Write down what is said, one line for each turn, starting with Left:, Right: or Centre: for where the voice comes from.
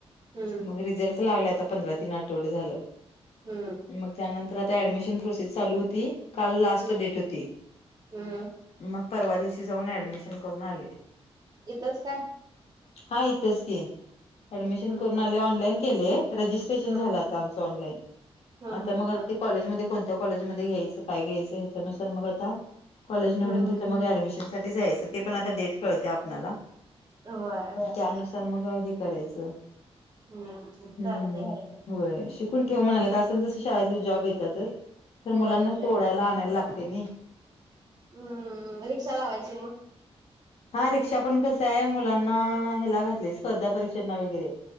Right: हम्म
Left: म रिझल्ट लागले आता पंधरा तीन आठवड झालं
Right: हम्म
Left: मग त्यानंतर आता ऍडमिशन प्रोसेस चालू होती काल लास्ट
Right: हम्म
Left: डेट होती
Right: हम्म
Left: मग परवा दिवशी जाऊन ऍडमिशन करून आले
Right: इथच काय
Left: हा इथंच की ऍडमिशन
Right: हम्म
Left: करून
Right: हम्म
Left: आले ऑनलाईन केले रजिस्ट्रेशन
Right: हम्म
Left: झालं आता आमचं ऑनलाइन
Right: हम्म
Left: आता
Right: हम्म
Left: मग
Right: हम्म
Left: आता कॉलेज म कोणत्या कॉलेज म घ्यायचं काय घ्यायचं ह्याच्यानुसार मग आता कॉलेज निवून
Right: हम्म
Left: तिथं मग ऍडमिशन साठी जायचं ते पण आता डेट कळवते आपल्याला
Right: होय
Left: त्यानुसार मग हे करायचं
Right: हम्म
Left: हम्म
Right: चालतय की
Left: होय शिकून ठेव म्हणाले असन त शाळेतली जॉब येतातच तर मुलांना
Right: होय येतात
Left: सोडायला
Right: की
Left: आणायला लागत तेनी
Right: हम्म रिक्षा लावायची मग
Left: हा रिक्षा पण कस आहे मुलांना ह्याला घातले स्पर्धा परीक्षांना वगैरे